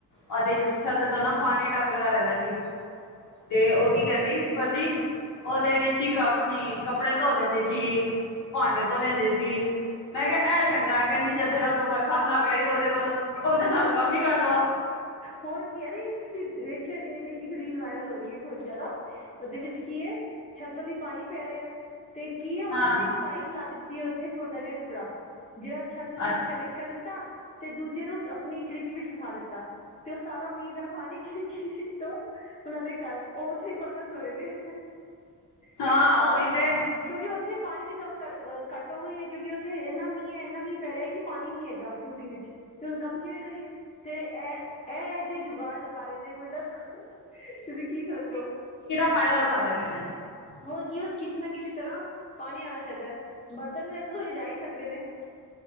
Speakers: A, on the left (about 75°); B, on the left (about 20°).
A: ਉਹਦੀ
B: ਹਾਂਜੀ
A: ਛੱਤ ਤੋਂ ਨਾ, ਪਾਣੀ ਟਪਕਦਾ ਰਹਿੰਦਾ ਸੀ, ਤੇ ਉਹ ਕੀ ਕਹਿੰਦੀ, ਕਰਦੀ ਉਹਦੇ ਵਿੱਚ ਹੀ ਆਪਣੀ ਕੱਪੜੇ ਧੋ ਲੈਂਦੀ ਸੀ। ਭਾਂਡੇ ਧੋਅ ਲੈਂਦੇ ਸੀ। ਮੈਂ ਕਿਆ ਐ ਚੰਗਾ ਐ। ਕੈਂਦੀ ਜਦ ਰੱਬ ਬਰਸਾਂਦਾ ਪਿਆ ਈ ਤੇ' ਔਦੇ ਕੋਲੋਂ ਔਹਦੇ ਨਾਲ ਕੰਮ ਈ ਕਰ ਲੋ।
B: ਹੋਰ ਕੀ ਐ ਅਰੇ ਤੁਸੀ ਵੇਖਿਆ ਨੀ ਏ ਲੇਕਿ ਇੱਕ ਰੀਲ ਵਾਇਰਲ ਹੋ ਰੀ ਏ ਬੋਹੋਤ ਜ਼ਿਆਦਾ। ਔਦੇ ਵਿੱਚ ਕੀ ਏ ਛੱਤ ਦੀ ਪਾਣੀ ਪੈ ਰਿਐ। ਤੇ ਕੀ ਏ ਔਨਾ
A: ਹਾਂ
B: ਨੇ ਨਾ ਇੱਕ ਪਾਈਪ ਲਾ ਦਿੱਤੀ ਏ ਔਥੇ ਛੋਟਾ ਜਿਆ ਟੁਕੜਾ ਜੇੜਾ ਛੱਤ ਵਿਚ
A: ਅੱਛਾ
B: ਕਨੈਕਟ ਕਰ ਤਾ ਤੇ ਦੂਜੇ ਨੂੰ ਆਪਣੀ ਖਿੜਕੀ ਵਿੱਚ ਫਸਾ ਲਿੱਤਾ। ਤੇ ਔ ਸਾਰਾ ਮੀਂਅ ਦਾ ਪਾਣੀ ਖਿੜਕੀ ਤੋਂ ਔਨਾਂ ਦੇ ਘਰ ਔ ਔਥੋਂ ਈ ਬਰਤਨ ਧੋ ਰੇ ਨੇ। ਕੈਅ
A: ਹਾਂ
B: ਰੇ ਨੇ ਚਲੋ
A: ਉਹੀ ਤੇ
B: ਕਿਉਂਕਿ ਉੱਥੇ ਪਾਣੀ ਦੀ ਕ ਅ ਘੱਟ ਔਵੀ ਐ ਕਿਉਂਕਿ ਔਥੇ ਏਨਾ ਮੀਂਅ ਐ, ਏਨਾ ਮੀਂਅ ਪੈ ਰਿਆ ਕਿ ਪਾਣੀ ਨੀ ਹੈਗਾ ਟੂਟੀ ਵਿੱਚ। ਤੇ ਹੁਣ ਕੰਮ ਕਿਵੇਂ ਕਰੀਏ ਤੇ ਐ ਐ ਐਹੇ ਜਿਹੇ ਜੁਗਾੜ ਲਗਾ ਰੇ ਨੇ ਮਤਲਬ ਤੁਸੀ ਕੀ ਸੋਚੋ
A: ਫ਼ਾਇਦਾ ਉਠਾਂਦੇ ਪਏ ਨੇ।
B: ਹੋਰ ਕੀ ਉਸ ਕਿਸੀ ਨਾ ਕਿਸੀ ਤਰ੍ਹਾਂ ਪਾਣੀ ਆਣਾ ਚਾਈਦਾ ਐ, ਬਰਤਨ ਵੀ ਇੱਕ-ਦੋ ਲੀਜਾ ਈ ਸਕਦੇ ਨੇ।